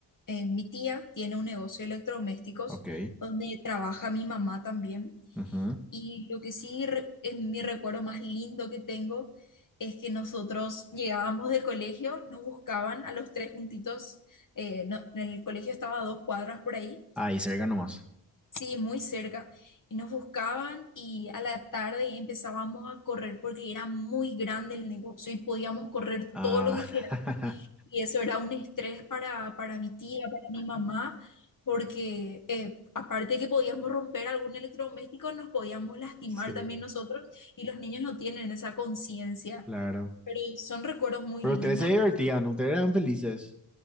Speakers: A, on the left; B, in the centre.
A: eh, mi tía tiene un negocio de electrodomésticos
B: Ok.
A: donde trabaja mi mamá también.
B: Ujú.
A: Y lo que sí re- es mi recuerdo más lindo que tengo es que nosotros llegábamos del colegio, nos buscaban a los tres juntitos, eh, no- en el colegio estaba a dos cuadras por ahí,
B: Ahí cerca nomás.
A: Sí, muy cerca. Y nos buscaban y a la tarde empezábamos a correr porque era muy grande el negocio y podíamos correr
B: Ah,
A: todo lo que queramos.
B: <laughs>
A: Y eso era un estrés para, para mi tía, para mi mamá, porque eh, aparte que podíamos romper algún electrodoméstico, nos podíamos lastimar
B: sí,
A: también nosotros y los niños no tienen esa conciencia.
B: claro.
A: Pero son recuerdos muy
B: Pero
A: lindos.
B: ustedes se divertían, ustedes eran felices.